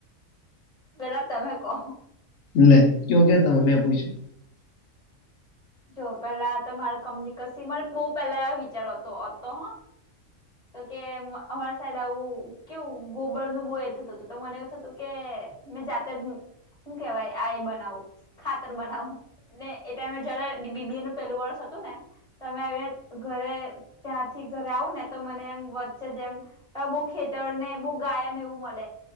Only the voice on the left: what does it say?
લે કયો કે તમે મેં પૂઇછું